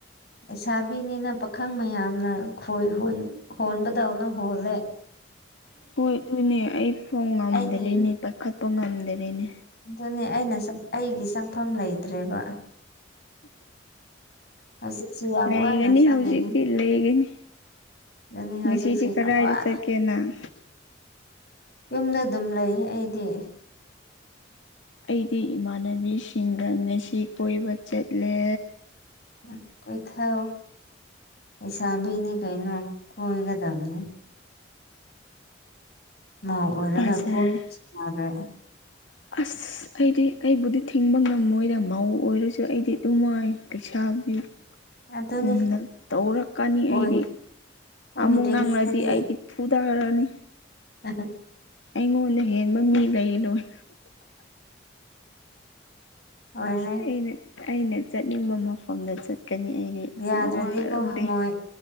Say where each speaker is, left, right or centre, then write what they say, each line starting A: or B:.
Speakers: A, on the left (about 55°); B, on the left (about 85°).
A: ꯂꯩꯁꯥꯕꯤꯅꯤꯅ ꯄꯥꯈꯪ ꯃꯌꯥꯝꯅ ꯈꯣꯏ ꯍꯨꯟ ꯈꯣꯟꯕꯗꯧꯅ ꯍꯣꯜꯂꯦ
B: ꯍꯣꯏ ꯑꯗꯨꯅꯦ ꯑꯩ ꯐꯣꯟ ꯉꯝꯗꯔꯦꯅꯦ
A: ꯑꯩꯒꯤ
B: ꯄꯥꯏꯈꯠꯄ ꯉꯝꯗꯔꯦꯅꯦ
A: ꯑꯗꯨꯅꯦ ꯑꯩꯅ ꯑꯩꯒꯤ ꯆꯪꯐꯝ ꯂꯩꯇ꯭ꯔꯦꯕ ꯍꯧꯖꯤꯛꯁꯨ ꯌꯥꯝ
B: ꯂꯩꯒꯅꯤ
A: ꯋꯥꯅ ꯆꯪꯉꯤꯅꯤ
B: ꯍꯧꯖꯤꯛꯇꯤ ꯂꯩꯒꯅꯤ
A: ꯑꯗꯨꯅꯤ ꯍꯧꯖꯤꯛꯁꯨ
B: ꯉꯁꯤꯗꯤ ꯀꯗꯥꯏꯗ
A: ꯌꯥꯝ ꯋꯥꯅ
B: ꯆꯠꯀꯦꯅ
A: ꯌꯨꯝꯗ ꯑꯗꯨꯝ ꯂꯩꯌꯦ ꯑꯩꯗꯤ
B: ꯑꯩꯗꯤ ꯏꯃꯥꯟꯅꯕꯤꯁꯤꯡꯗ ꯉꯁꯤ ꯀꯣꯏꯕ ꯆꯠꯂꯦ
A: ꯎ ꯀꯣꯏꯊꯧ ꯂꯩꯁꯥꯕꯤꯅꯤ ꯀꯩꯅꯣ ꯀꯣꯏꯒꯗꯕꯅꯦ ꯃꯧ ꯑꯣꯏꯔꯒ
B: ꯕꯖꯥꯔ
A: ꯀꯣꯏꯕꯁꯨ ꯌꯥꯔꯣꯏ
B: ꯑꯁ ꯑꯩꯗꯤ ꯑꯩꯕꯨꯗꯤ ꯊꯤꯡꯕ ꯉꯝꯃꯣꯏꯗ ꯃꯧ ꯑꯣꯏꯔꯁꯨ ꯑꯩꯗꯤ ꯅꯨꯡꯉꯥꯏ ꯂꯩꯩꯁꯥꯕꯤꯒꯨꯝꯅ
A: ꯑꯗꯨꯅꯤ
B: ꯇꯧꯔꯛꯀꯅꯤ
A: ꯑꯣꯏ
B: ꯑꯩꯗꯤ
A: ꯑꯣꯏꯗ꯭ꯔꯤꯉꯩꯗꯗꯤ
B: ꯑꯃꯨꯛ ꯉꯪꯂꯗꯤ ꯑꯩꯗꯤ ꯐꯨꯗꯔꯅꯤ
A: ꯑ ꯍ
B: ꯑꯩꯉꯣꯟꯗ ꯍꯦꯟꯕ ꯃꯤ ꯂꯩꯔꯣꯏ
A: ꯑꯣꯏꯔꯣꯏ
B: ꯑꯩꯅ ꯑꯩꯅ ꯆꯠꯅꯤꯡꯕ ꯃꯐꯝꯗ ꯆꯠꯀꯅꯤ ꯑꯩꯗꯤ
A: ꯌꯥꯗ꯭ꯔꯗꯤꯀꯣ
B: ꯃꯋꯥ ꯂꯧꯗꯦ
A: ꯍꯪꯉꯣꯏ